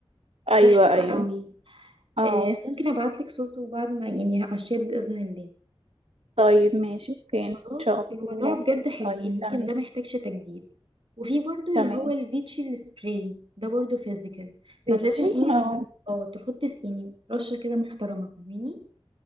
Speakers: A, on the right; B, on the right.
A: ايوه
B: ده حلو
A: ايوه
B: قوي
A: اه
B: آه ممكن ابعتلك صورته بعد ما يعني على الشات بإذن الله
A: طيب ماشي اوكي ان
B: خلاص
A: شاء
B: هو
A: الله
B: ده بجد حلو
A: طيب
B: يعني ممكن
A: تمام
B: ده محتاجش تجديد وفي برضو
A: تمام
B: اللي هو الفيتشي السبراي ده برضو فيزيكال بس
A: بيتشي
B: لازم ايه
A: اه
B: تحط اه تحط س- يعني رشة كده محترمة فاهماني